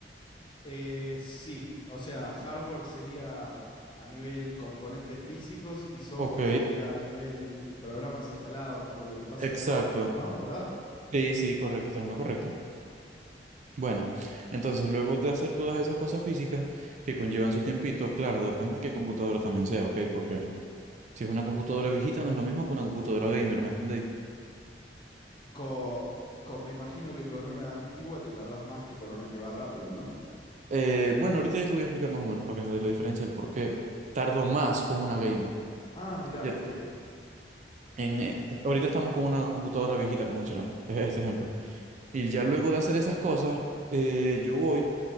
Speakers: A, on the left; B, on the right.
A: Eh, sí, o sea, hardware sería a nivel componentes físicos y software
B: Ok,
A: sería a nivel programas instalados, como lo que pasa
B: exacto.
A: dentro de, ¿no? ¿Verdad?
B: Sí, sí, correcto, estás en lo correcto. Bueno, entonces luego de hacer todas esas cosas físicas que conllevan su tiempito, claro, depende de qué computadora también sea, ok, porque si es una computadora viejita no es lo mismo que una computadora gamer, ¿me entendéis?
A: Co- con- me imagino que con una antigua te tardás más que con una que va rápido, ¿no?
B: Eh, bueno, ahorita ya te voy a explicar más o menos para que entendáis la diferencia, el por qué tardo más con una gamer.
A: Ah, mirá,
B: Ya,
A: ok,
B: en, eh, ahorita estamos con una computadora viejita convencional, <laughs> es este ejemplo. Y ya luego de hacer esas cosas, eh, yo voy.